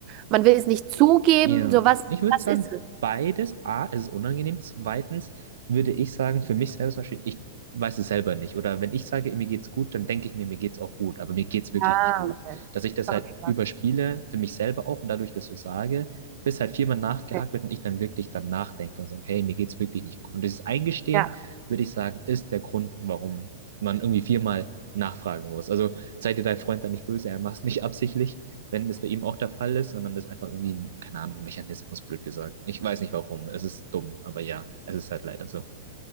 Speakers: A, on the right; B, on the right.
A: man will es nicht zugeben?
B: Ja,
A: So was,
B: ich würde
A: was
B: sagen,
A: ist es?
B: beides. A, es ist unangenehm. Zweitens würde ich sagen, für mich selber zum Beispiel, ich weiß es selber nicht. Oder wenn ich sage, mir geht's gut, dann denke ich mir, mir geht's auch gut. Aber mir geht's wirklich
A: Ah,
B: nicht gut.
A: okay.
B: Dass ich das
A: Okay.
B: halt überspiele, für mich selber auch und dadurch das so sage, bis halt viermal nachgehakt
A: okay.
B: wird und ich dann wirklich dann nachdenke und sage, hey, mir geht's wirklich nicht gut. Und dieses Eingestehen,
A: Ja.
B: würde ich sagen, ist der Grund, warum man irgendwie viermal nachfragen muss. Also sei dir dein Freund dann nicht böse, er macht es nicht <laughs> absichtlich wenn das bei ihm auch der Fall ist, sondern das einfach irgendwie ein, keine Ahnung, Mechanismus, blöd gesagt. Ich weiß nicht warum. Es ist dumm, aber ja, es ist halt leider so.